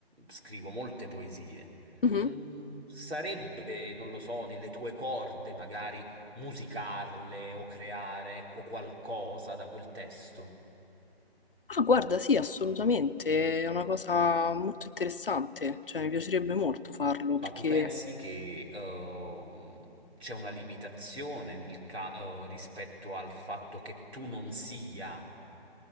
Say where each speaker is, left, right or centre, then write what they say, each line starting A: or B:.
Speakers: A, on the right; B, on the left.
A: scrivo molte poesie,
B: mhm.
A: mm, sarebbe, non lo so, nelle tue corde magari musicarle o creare, ecco, qualcosa da quel testo?
B: Ah, guarda, sì, assolutamente, è una cosa molto interessante, cioè mi piacerebbe molto farlo
A: Ma
B: perché...
A: tu pensi che eh, c'è una limitazione nel ca- eh, rispetto al fatto che tu non sia